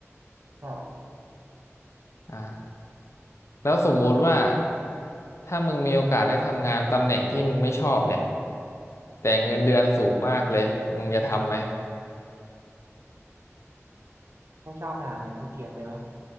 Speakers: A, on the right; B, on the left.
A: ก็
B: อ่า แล้วสมมุติว่าถ้ามึงมีโอกาสได้ทำงานตำแหน่งที่มึงไม่ชอบเนี่ยแต่เงินเดือนสูงมากเลยมึงจะทำไหม
A: ไม่ชอบขนาดไหนคุณเกลียดเลยไหม